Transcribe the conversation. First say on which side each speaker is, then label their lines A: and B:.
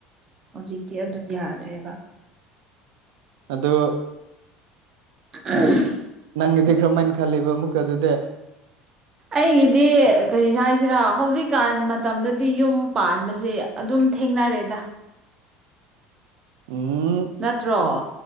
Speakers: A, on the right; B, on the right.
A: ꯍꯧꯖꯤꯛꯇꯤ ꯑꯗꯨ ꯌꯥꯗ꯭ꯔꯦꯕ
B: ꯑꯗꯣ
A: <unintelligible>
B: ꯅꯪꯒꯤꯗꯤ ꯀꯔꯝꯍꯥꯏꯅ ꯈꯜꯂꯤꯕ ꯑꯃꯨꯛꯀ ꯑꯗꯨꯗꯤ
A: ꯑꯩꯒꯤꯗꯤ ꯀꯔꯤ ꯍꯥꯏꯁꯤꯔꯥ ꯍꯧꯖꯤꯛꯀꯥꯟ ꯃꯇꯝꯗꯗꯤ ꯌꯨꯝ ꯄꯥꯟꯕꯁꯦ ꯑꯗꯨꯝ ꯊꯦꯡꯅꯔꯦꯗ
B: ꯎꯝ
A: ꯅꯠꯇ꯭ꯔꯣ
B: ꯑꯗꯨ